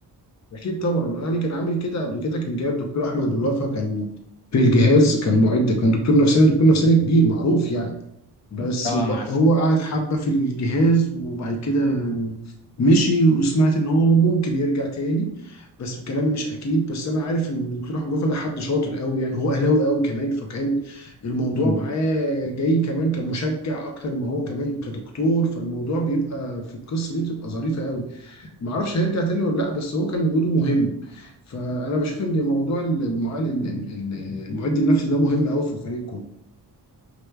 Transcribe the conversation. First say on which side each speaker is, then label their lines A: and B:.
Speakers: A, on the left (about 45°); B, on the left (about 70°).
A: اكيد طبعا الاهلي كان عامل كده قبل كده كان جايب دكتور احمد بلوفا كان في الجهاز كان معد كان دكتور نفساني دكتور نفساني كبير معروف يعني بس
B: اه
A: ب-
B: انا
A: هو قعد حبه في الجهاز وبعد كده مشي وسمعت ان هو ممكن يرجع تاني بس الكلام مش اكيد بس انا عارف ان الدكتور احمد وفا ده حد شاطر قوي يعني هو اهلاوي قوي كمان فكان الموضوع
B: عارف
A: معاه جاي كمان كمشجع اكتر ما هو كمان كدكتور فالموضوع بيبقى في القصه دي بتبقى ظريفه قوي ما اعرفش هيرجع تاني ولا لا بس هو كان وجوده مهم فانا بشوف ان موضوع المعال المعد النفسي ده مهم قوي في الفريق كله